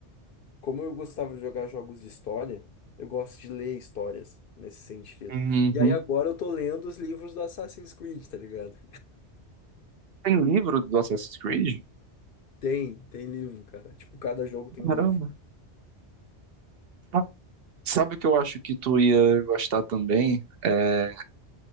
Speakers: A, on the left; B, on the right.
A: como eu gostava de jogar jogos de história, eu gosto de ler histórias nesse sentido.
B: Uhum.
A: E aí agora eu tô lendo os livros do Assassin's Creed, tá ligado?
B: Tem livro do Assassin's Creed?
A: Tem, tem livro, cara. Tipo, cada jogo tem um
B: Caramba.
A: livro.
B: Ah, Sabe o que eu acho que tu ia gostar também? É,